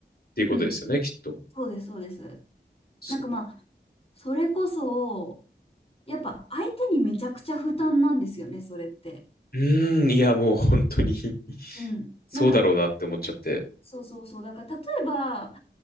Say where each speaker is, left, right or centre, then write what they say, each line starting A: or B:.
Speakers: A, on the left (about 55°); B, on the left (about 30°).
A: ていうことですよね、
B: うん。
A: きっと。
B: そうです、そうです。
A: そ
B: なんかまあ、それこそ、やっぱ相手にめちゃくちゃ負担なんですよね、それって。
A: う。うーん、いや、もう本当に <laughs>
B: うん。
A: そうだろうなって思っちゃって。
B: なんか、そうそうそう。だから例えば、